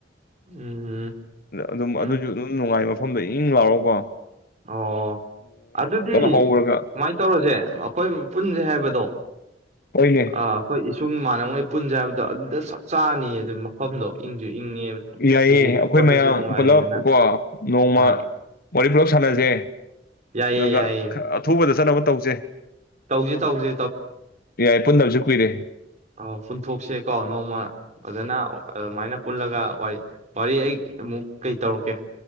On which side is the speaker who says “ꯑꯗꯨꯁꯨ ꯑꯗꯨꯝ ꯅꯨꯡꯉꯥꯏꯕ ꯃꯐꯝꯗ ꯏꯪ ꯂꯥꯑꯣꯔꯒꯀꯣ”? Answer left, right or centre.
Left